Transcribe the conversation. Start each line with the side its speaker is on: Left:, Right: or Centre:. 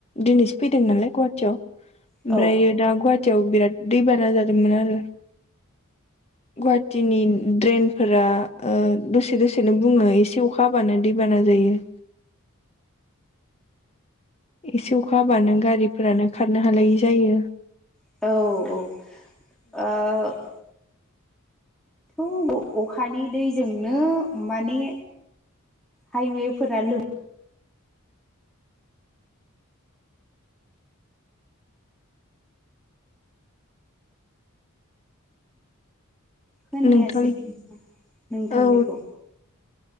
Left: दिनैसो फैदों नालाय गुवाहाटियाव ओमब्रायो
Centre: औ
Left: दा गवा टियाव बिराद दैबाना जादोंमोन आरो। गुवाहाटिनि द्रेनफोरा ओ दसे दसेनो बुङो एसे अखा हाबानो दैबाना जायो। एसे अखा हाबानो गारिफोरानो खारनो हालायि जायो।
Centre: औ औ ओह थ' अखानि दैजोंनो माने हाइवेफोरा लोम खोनायासै
Left: नोंथां
Centre: नोथां नोंथांनिखौ।
Left: औ